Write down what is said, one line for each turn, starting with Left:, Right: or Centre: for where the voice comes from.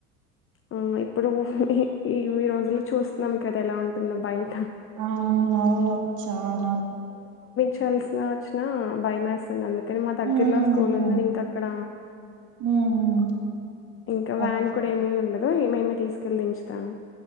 Left: ఆ ఇప్పుడు ఈ ఈ రోజులో చూస్తున్నం కదా ఎలా ఉంటుందో బయట
Right: ఆ అవు అవునవును చాన
Left: చల్సిన వచ్చినా భయమేస్తుంది అందు అ కాని మా దగ్గరలో
Right: హ్మ్
Left: స్కూల్ ఉందని ఇంక అక్కడ
Right: హ్మ్ హ్మ్.
Left: ఇంక వ్యాన్
Right: ఓకే
Left: కూడ ఏమి ఉండదు ఈ మేమి తీసుకెళ్లి దించుతాం